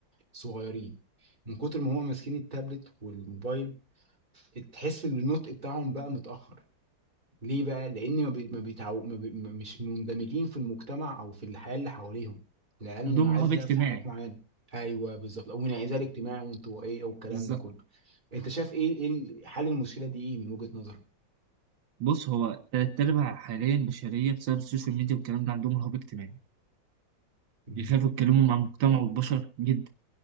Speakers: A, on the right (about 25°); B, on the right (about 85°).
A: صغيرين من كتر ما هم ماسكين التابلت والموبايل تحس ان النطق بتاعهم بقى متاخر ليه بقى؟ لأن ما, بي... ما, بيتعو... ما بي... ما- مش مندمجين في المجتمع أو في الحياة اللي حواليهم العيال
B: عندهم
A: منعزلة
B: رهاب اجتماعي
A: في حاجات معينة أيوه بالظبط أو انعزال اجتماعي وانطوائية والكلام
B: بالظبط
A: ده كله أنت شايف إيه إيه ال- حل المشكلة دي إيه من وجهة نظرك؟
B: بص هو تلات أرباع حاليا بشرية بسبب السوشيال ميديا والكلام ده عندهم رهاب اجتماعي
A: مم.
B: بيخافوا يتكلموا مع المجتمع والبشر جدا